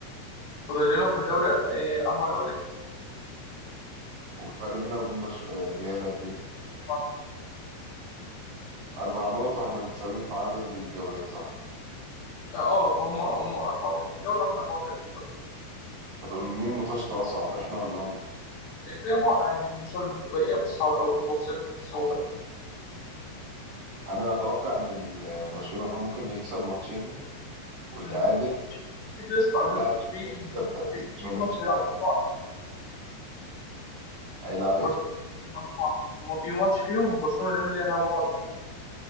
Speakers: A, on the left; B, on the right.
A: فاضل لنا في الدوري آه، اربع جولات
B: والفرق بيننا وبين بش... آه، ريال قد إيه؟
A: اربع نقط
B: أربع نقط وإحنا متساويين في عدد الجولات صح؟
A: اه آه، هم هم 34 جوله واحنا 34 جوله
B: طب مين ماتشته أصعب إحنا ولا هم؟
A: إيه، زي بعض عادي الماتشات المتبقيه مش صعبه قوي متوسط الصعوبه يعني
B: أنا أتوقع إن ال- برشلونة ممكن يكسب ماتشين ويتعادل
A: مم. في كلاسيكو على فكره
B: لا إن شاء
A: في
B: الله يكسب ثلاثة
A: في
B: إن شاء
A: في
B: الله
A: ماتش
B: يكسب
A: هيلعبوا
B: ثلاثة.
A: بعض
B: هيلعب
A: برشلونه
B: إيه؟
A: هيلعبوا بعض ما في ماتش فيهم برشلونه وريال مدريد هيلعبوا بعض فيه